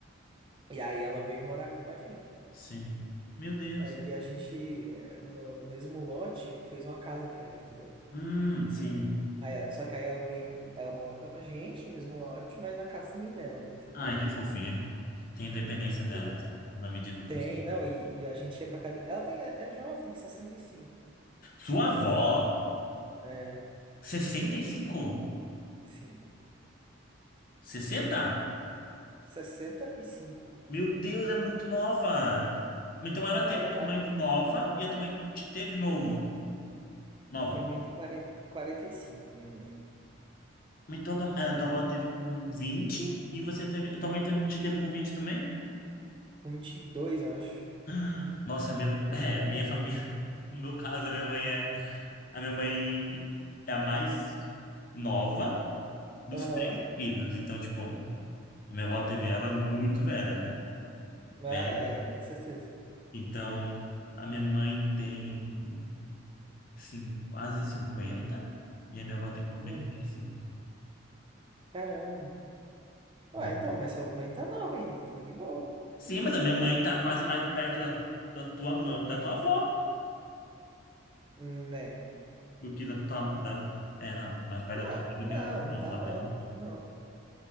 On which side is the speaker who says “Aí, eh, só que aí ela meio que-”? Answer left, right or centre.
Right